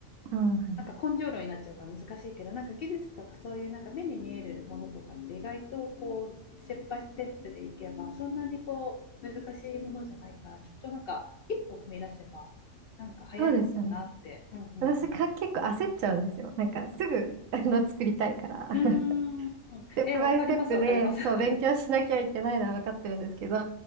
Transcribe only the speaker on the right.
ああ、はい。
そうですよね。
私が結構焦っちゃうんですよ。なんかすぐ、<laughs> あの、作りたいから。
<laughs>
ステップバイステップで、
そう、
勉強しなきゃいけないのは分かってるんですけど、